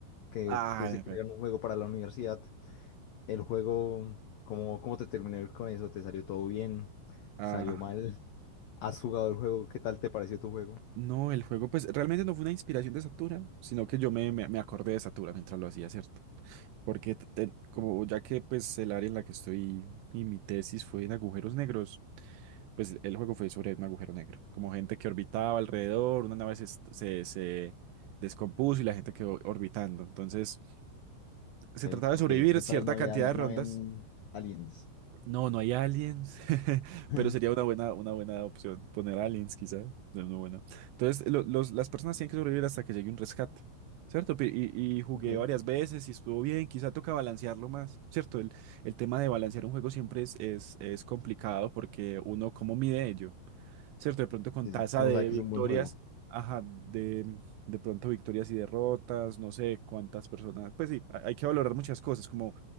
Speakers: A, on the left; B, on the right.
A: que
B: Ah,
A: tuviste
B: en efecto.
A: que crear un juego para la universidad. El juego, ¿cómo, cómo te terminó con eso? ¿Te salió todo bien?
B: Ah,
A: ¿Salió mal? ¿Has jugado el juego? ¿Qué tal te pareció tu juego?
B: no, el juego, pues, realmente no fue una inspiración de Satura, sino que yo me, me me acordé de Satura mientras lo hacía, ¿cierto? Porque t- te- como ya que pues el área en la que estoy y mi tesis fue en agujeros negros, pues el juego fue sobre un agujero negro, como gente que orbitaba alrededor, una nave se, est- se, se descompuso y la gente quedó orbitando. Entonces se
A: Ok,
B: trataba de
A: ok,
B: sobrevivir
A: en esta
B: cierta
A: vez no habían,
B: cantidad de rondas
A: no habían aliens.
B: no, no hay aliens, <laughs>
A: <laughs>
B: pero sería una buena, una buena opción. Poner aliens, quizá. No, no, bueno. Entonces, lo- los, las personas tienen que sobrevivir hasta que llegue un rescate, ¿cierto? Pi- Y, y jugué
A: Ok,
B: varias veces y estuvo bien. Quizá toca balancearlo más, ¿cierto? El, el tema de balancear un juego siempre es, es, es complicado porque uno, ¿cómo mide ello? ¿cierto? De pronto con
A: Sí,
B: tasa
A: sí. ¿Cómo
B: de
A: sabes que
B: victorias,
A: es un buen juego?
B: ajá, de, de pronto victorias y derrotas, no sé cuántas personas, pues sí, hay hay que valorar muchas cosas, como